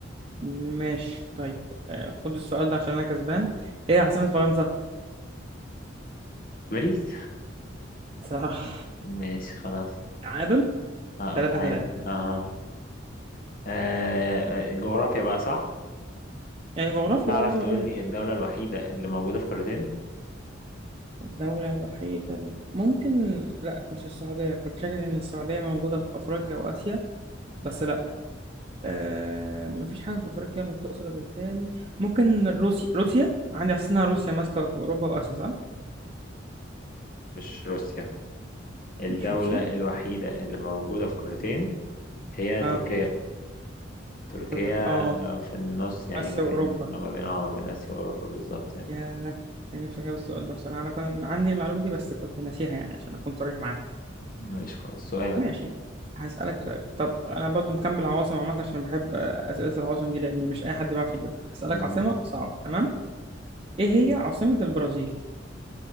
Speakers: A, on the right; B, on the left.
A: ماشي طيب آه، خد السؤال ده عشان انا كسبان ايه عاصمة فرنسا
B: باريس
A: <laughs> صح
B: ماشي خلاص
A: تعادل
B: اه
A: 3
B: تعادل
A: 3
B: اه, آه آه، جغرافيا بقى صح
A: يعني جغرافيا
B: تعرف
A: آه، يلا
B: تقول
A: بينا
B: لي الدولة الوحيدة اللي موجودة في قارتين
A: الدولة الوحيدة ال- ممكن لا مش السعودية كنت فاكر ان السعودية موجودة في افريقيا واسيا بس لا آه مفيش حاجة في افريقيا متصلة بالتاني ممكن روسيا روسيا عندي احساس انها روسيا ماسكة في اوروبا واسيا صح
B: مش روسيا الدولة
A: مش روسيا
B: الوحيدة اللي موجودة في قارتين هي
A: اه
B: تركيا تركيا
A: ترك اه
B: آه، في النص يعني
A: اسيا
B: ما بين
A: واوروبا
B: آه، ما بين اه ما بين آسيا وأوروبا بالظبط يعني
A: يا كان نفسي أجاوب السؤال ده بصراحة أنا كان عندي المعلومة دي بس كنت ناسيها يعني عشان أكون صريح معاك
B: ماشي خلاص سؤالك
A: ماشي هسألك سؤال طب أنا برضو مكمل عواصم عامة عشان بحب أسئلة العواصم دي لأن مش أي حد بيعرف يجيبها هسألك
B: مم.
A: عاصمة صعبة تمام إيه هي عاصمة البرازيل؟